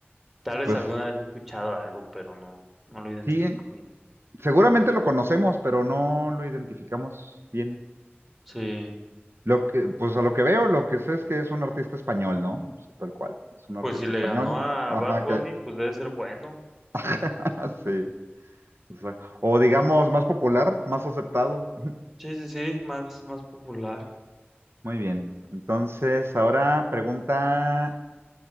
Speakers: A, in the centre; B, on the right.
A: tal vez
B: Pues
A: alguna vez he escuchado algo, pero no, no lo identifico
B: sí,
A: bien.
B: seguramente lo conocemos, pero no lo identificamos bien.
A: Sí,
B: Lo que, pues a lo que veo, lo que sé es que es un artista español, ¿no? O sea, tal cual, es un artista
A: pues si le
B: español.
A: ganó a
B: Ajá,
A: Bad Bunny,
B: que
A: pues debe ser bueno.
B: <laughs> sí. O sea, o digamos más popular, más aceptado.
A: Sí, sí, sí, más, más popular.
B: <laughs> Muy bien. Entonces, ahora pregunta